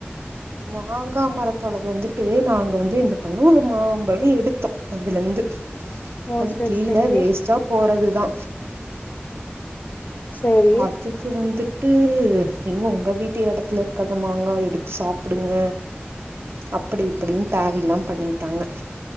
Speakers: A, on the right; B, on the left.
A: மாங்கா மரத்தோடது வந்துட்டு நாங்க வந்து என்ன பண்ணோ ஒரு மாம்பழ எடுத்தோ அதுலெந்து
B: ஓ
A: அது
B: சேரி
A: கீழ
B: சேரி
A: வேஸ்ட்டா போறதுதா
B: சேரி
A: அதுக்கு வந்துட் டு நீங்க உங்க வீட்டு எடத்துல இருக்கிறத மாங்கா எடுத்து சாப்புடுங்க அப்படி இப்படின் தேவயில்லாம் பண்ணிட்டாங்க